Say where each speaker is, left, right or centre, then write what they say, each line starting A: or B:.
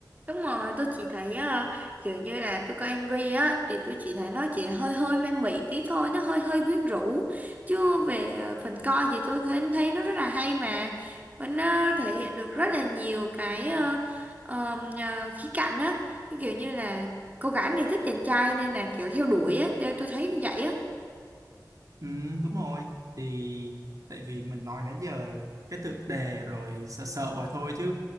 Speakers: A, on the right (about 20°); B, on the right (about 50°).
A: Đúng rồi, tôi chỉ thấy ờ, kiểu như là tôi coi MV á thì tôi chỉ thấy nó chỉ hơi hơi man mị tí thôi, nó hơi hơi quyến rũ. Chứ về ờ, phần coi thì tôi thấy thấy nó rất là hay mà. Và nó thể hiện được rất là nhiều cái ờ, ờ, ờ, khía cạnh á, Cái kiểu như là cô gái này thích chàng trai nên là kiểu theo đuổi á, nên tôi thấy cũng vậy á.
B: ừ, đúng rồi thì tại vì mình nói nãy giờ cái tựa đề rồi sợ sợ vậy thôi chứ